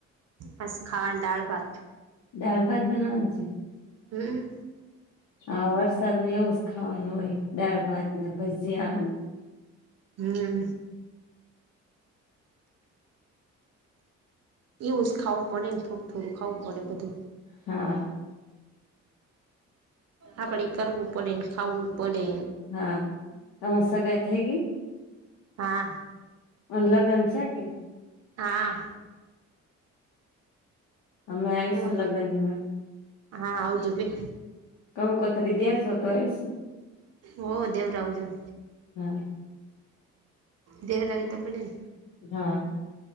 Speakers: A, on the right; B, on the left.
A: બસ ખાવાનું દાળ ભાત
B: ડાળ ભાત બનાવ છે.
A: હમ્મ
B: હા વરસાદ ન એવુ જ ખાવાનુ હોય, દાળ ભાત ને ભજીયા
A: હમ્મ એવું જ ખાવું પડે ને થોડું થોડું ખાવું પડે બધુ
B: હા
A: આપડે કરવું પડે ને ખાવુ પડે
B: હા તમાર સગાઈ થઇ ગઈ.
A: હા
B: અ લગ્ન છે, કે
A: હા
B: અમે આવીશું
A: હું
B: લગનમા
A: હા આવજો ભ
B: કંકો તરી દેજ તો એશુ
A: હો દેવરાવ જો.
B: હા
A: દેહલાાગ તોપડેને
B: હા